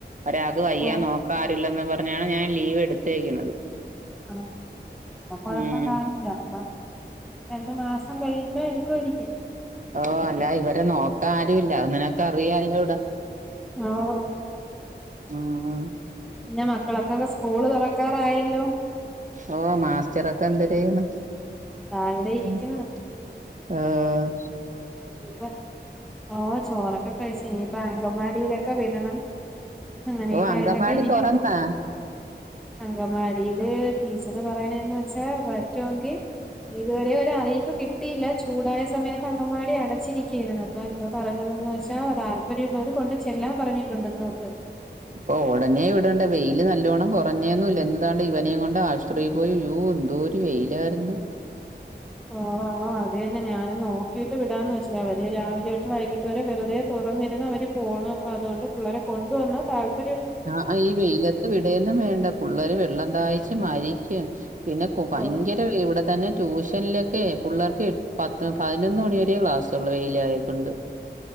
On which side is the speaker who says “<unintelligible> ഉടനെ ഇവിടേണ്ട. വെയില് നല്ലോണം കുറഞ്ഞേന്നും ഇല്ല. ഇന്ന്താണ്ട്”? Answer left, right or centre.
Right